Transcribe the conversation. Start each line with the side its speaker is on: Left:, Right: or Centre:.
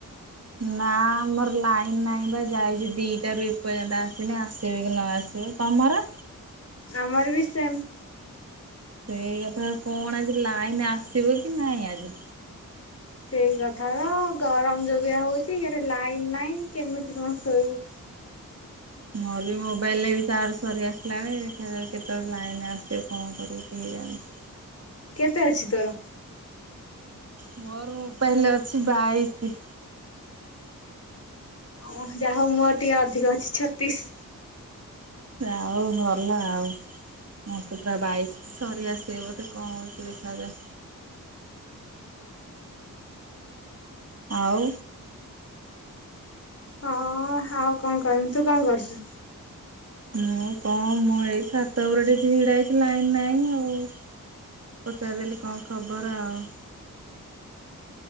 Right: ନାଁ ଆମର ଲାଇନ ନାହିଁ ବା ଯାଇଛି ଦିଟାରୁ ଏପର୍ଯ୍ୟନ୍ତ ଆସନି ଆସିବେ କି ନ ଆସିବ। ତମର?
Left: ଆମର ବି ସେମ୍।
Right: ସେଇ କଥା କଣ ଆଜି ଲାଇନ ଆସିବ କି ନାଇଁ ଆଜି।
Left: ସେଇ କଥାପା ଗରମ ଯୋଉ ବାଗିଆ ହଉଛି ଇଆଡେ ଲାଇନ ନାହିଁ କେମିତି କଣ ଶୋଇବୁ।
Right: ମୋର ବି ମୋବାଇଲ ରେ ବି ଚାର୍ଜ ସରି ଆସିଲାଣି ଦେଖିଆ କେତେବେଳେ ଲାଇନ ଆସିବ କଣ କରିବ ଜାଣିଛି।
Left: କେତେ ଅଛି ତୋର।
Right: ମୋର ମୋବାଇଲରେ ଅଛି ବାଇଶି।
Left: ଅଁ ଯାହା ହଉ ମୋର ଟିକେ ଅଧିକ ଅଛି ଛତିଶ୍।
Right: ଆଉ ଭଲ ଆଉ। ମୋତେ ପୁରା ବାଇକ୍ ସରି ଆସିବେ ବୋଧେ କଣ ହଉଛି ଦେଖାଯାଉ। ଆଉ।
Left: ହଁ ଆଉ କଣ କହିବି ତୁ କଣ କରୁଛୁ?
Right: ମୁଁ କଣ ମୁଁ ଏଇ ଛାତ ଉପରେ ଟିକେ ଛିଡ଼ା ହେଇଛି ଲାଇନ ନାଇଁ ଆଉ। ପଚାରିଦେଲି କଣ ଖବର ଆଉ।